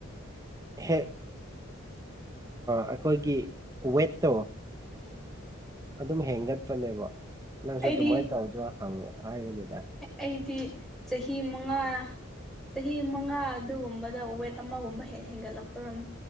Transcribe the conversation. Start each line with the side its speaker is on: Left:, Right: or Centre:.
Right: ꯍꯦꯛ ꯑꯩꯈꯣꯏꯒꯤ ꯋꯦꯠꯇꯣ
Centre: ꯎꯝ
Right: ꯑꯗꯨꯝ ꯍꯦꯟꯒꯠꯄꯅꯦꯕ ꯅꯪꯁꯨ
Centre: ꯑꯩꯗꯤ
Right: ꯑꯗꯨꯃꯥꯏꯅ ꯇꯧꯗ꯭ꯔꯣ ꯍꯪꯕ ꯍꯥꯏꯕꯅꯤꯗ
Centre: ꯑꯩꯗꯤ ꯆꯍꯤ ꯃꯉꯥ ꯆꯍꯤ ꯃꯉꯥ ꯑꯗꯨꯒꯨꯝꯕꯗ ꯋꯦꯠ ꯑꯃꯒꯨꯝꯕ ꯍꯦꯟꯒꯠꯂꯛꯇꯔꯝ